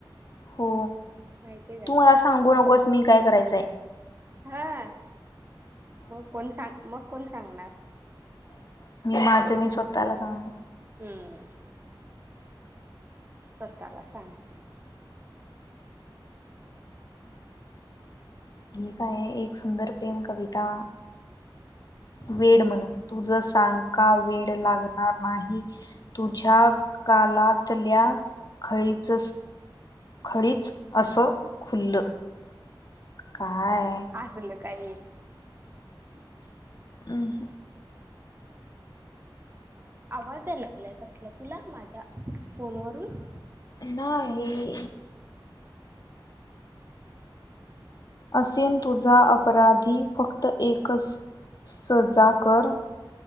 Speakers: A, on the left (about 50°); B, on the right (about 25°).
A: हो
B: माहितीय काय
A: तू मला सांगू नकोस मी काय करायचंय
B: हा मग कोण सांग मग कोण सांगणार
A: माझं मी स्वतःला सांगन
B: हम स्वाताला सांगिती
A: हे काय आहे एक सुंदर प्रेम कविता
B: <inaudible>
A: वेड म्हण तुझ सांग का वेड लागणार नाही तुझ्या गालातल्या खळीच खळीच असं खुल्लं काय
B: असलं काही
A: हम्
B: आवाज याय लागलाय कसला तुला माझा फोनवरून
A: नाही हे असेन तुझा अपराधी फक्त एकच सजा कर